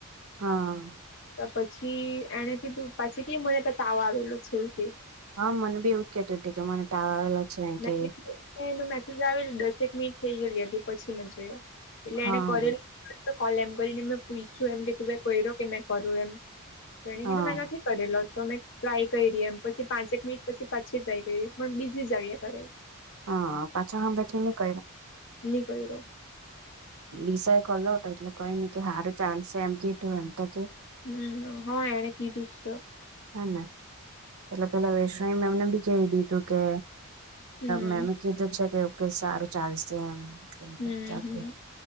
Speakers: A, on the right; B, on the left.
A: હા.
B: પછી એને કીધું પછી કે મને તો તાવ આવેલો છેવું કે.
A: હા મને બી ઉકે હતું ટ મને ટાળ છે કે.
B: મેં કીધું એનો મેસેજ આવેલો દસેક મિનિટ થઈ ગયલી હતી પછી મે જોયો એટલે
A: હા
B: એને કરલ તો કોલ એમ કરીને મેં પૂછું એમ કે તું કો કે મે કરું એમ તેણે
A: હા
B: કીધું મેં નથી કરેલો તો મેં ટ્રાય કરી ર એમ પછી પાંચેક મિનિટ પછી પાછી ટ્રાય કરી પણ બિઝી જાવએ ઘરે
A: હા પાછા હમ બેખને ક
B: નિ કર્યો
A: િશ એ કલો હતો એટલે કઈ નને સારું ચાલશે એમ ક તું એમ તો કે
B: હમ હા એને કીધું છ
A: હે ને એટલે પેલા વૈશ્ણણી મેમને બી કહી દીધું કે
B: હમ
A: મેમે કીધું છે કે સારું ચાલશે એમ
B: હમ
A: એટાલ
B: હમ